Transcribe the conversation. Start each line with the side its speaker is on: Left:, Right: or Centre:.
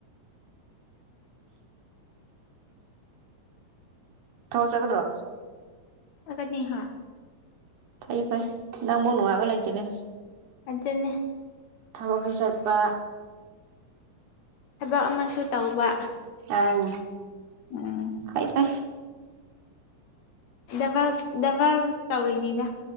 Right: ꯊꯕꯛ ꯆꯠꯒꯗ꯭ꯔꯣ
Left: ꯆꯠꯀꯅꯤ ꯍꯥꯥ
Right: ꯐꯩ ꯐꯩ ꯅꯪ ꯃꯨꯛ ꯅꯨꯡꯉꯥꯏꯕ ꯂꯩꯇꯦꯅꯦ
Left: ꯑꯗꯨꯅꯦ
Right: ꯊꯕꯛꯁꯨ ꯆꯠꯄ
Left: ꯊꯕꯛ ꯑꯃꯥ ꯁꯨ ꯇꯧꯕ
Right: ꯑꯪ
Left: ꯎꯝ
Right: ꯐꯩ ꯐꯩ
Left: ꯗꯕꯜ ꯗꯕꯜ ꯇꯧꯔꯤꯅꯤꯗ